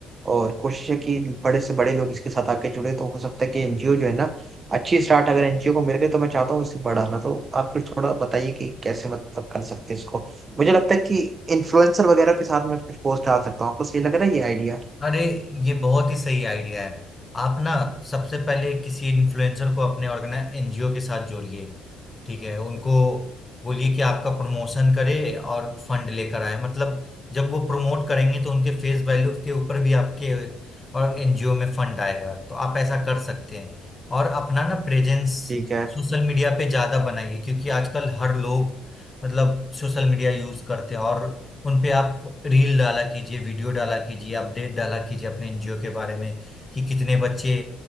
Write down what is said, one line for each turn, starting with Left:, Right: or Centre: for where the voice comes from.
Right: और कोशिश है कि बड़े से बड़े लोग इसके साथ आके जुड़े तो हो सकता है कि एनजीओ जो है ना अच्छी स्टार्ट अगर एनजीओ को मिल गई तो मैं चाहता हूँ इसे बढ़ाना तो आप कुछ थोड़ा बताइए कि कैसे मतलब कर सकते हैं इसको मुझे लगता है कि इन्फ्लुएंसर वगैरह के साथ मैं कुछ पोस्ट डाल सकता हूँ आपको सही लग रहा है ये आइडिया
Left: अरे ये बहुत ही सही आइडिया है आप ना सबसे पहले किसी इन्फ्लुएंसर को अपने ऑर्गेनाइज एनजीओ के साथ जोड़िए ठीक है उनको बोलिए कि आपका प्रमोशन करे और फंड लेकर आए मतलब जब वो प्रमोट करेंगे तो उनके फेस वैल्यू के ऊपर भी आपके और एनजीओ में फंड आएगा तो आप ऐसा कर सकते हैं और अपना ना प्रेजेंस
Right: ठीक है
Left: सोशल मीडिया पे ज्यादा बनाइए क्योंकि आजकल हर लोग मतलब सोशल मीडिया यूज करते हैं और उन पे आप रील डाला कीजिए वीडियो डाला कीजिए अपडेट डाला कीजिए अपने एनजीओ के बारे में कि कितने बच्चे